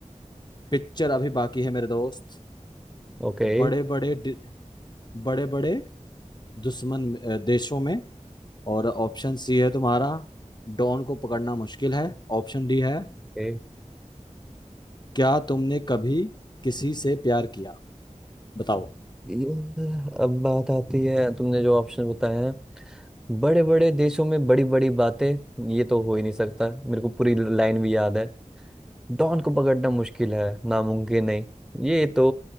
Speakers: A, on the left; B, in the centre.
A: पिक्चर अभी बाकी है मेरे दोस्त
B: ओके
A: बड़े बड़े बड़े बड़े दुश्मन अ, देशों में और ऑप्शन सी है तुम्हारा डॉन को पकड़ना मुश्किल है ऑप्शन डी है
B: ओके
A: क्या तुमने कभी किसी से प्यार किया बताओ
B: ये- अब बात आती है तुमने जो ऑप्शन बताए हैं बड़े बड़े देशों में बड़ी बड़ी बातें ये तो हो ही नहीं सकता मेरे को पूरी लाइन भी याद है डॉन को पकड़ना मुश्किल है नामुमकिन नहीं ये तो